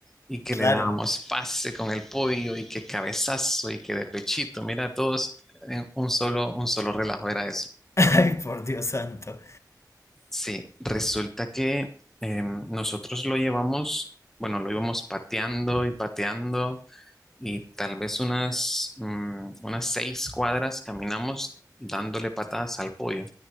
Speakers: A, in the centre; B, on the left (about 40°).
A: Y que
B: claro.
A: le dábamos pase con el pollo y que cabezazo y que de pechito. Mira, todos en un solo, un solo relajo era eso.
B: <laughs> Ay, por Dios santo.
A: Sí, resulta que em, nosotros lo llevamos, bueno, lo íbamos pateando y pateando y tal vez unas, mm, unas seis cuadras caminamos dándole patadas al pollo.